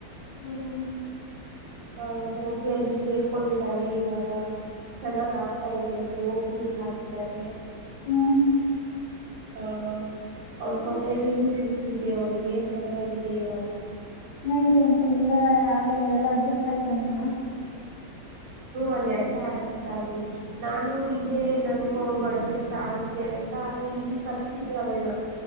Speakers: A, on the left (about 90°); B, on the right (about 65°).
A: ಹೌದ
B: ಹಾ ಹೋಗಿ ಅಲ್ಲಿ ಸೇರ್ಕೊಂಡಿದ್ದಾಳೆ ಇವಾಗ ಚೆನ್ನಾಗ್ ಆಾಕ್ತಾ ಇದೆ ಅಂತೆ ಓ ಪಿ ಡಿಗ್ ಹಾಕಿದ್ದಾರೆ
A: ಹ್ಮ
B: ಹ ಅವಳ ಕೊಟರಿನೂ ಸಿಕ್ಕಿದೆ ಅವಳಿಗೆ ಚೆನ್ನಾಗಿದೆ ಇವಾಗ
A: ಚೆನ್ನಾಗಿದೆ ಅಂತ ಎಲ್ಲಾ ಆ ಎಲ್ಲ ಎಲ್ಲ ಅರ್ಜಿಕ್ ಕಾಯ್ತಂತ
B: ಅಲ್ಲಿಡ್ಲ್ಲ ಅಡ್ಜಸ್ಟ್ ಆಗಿದೆ ನಾನು ಇಲ್ಲೇ ನನ್ಗು ಹಬ ಅಡ್ಜಸ್ಟ್ ಆಗುತ್ತೆ ಅಂತ ಇಲ್ಲಿ ಕರ್ಸಿದ್ದೆ ಅವಳನ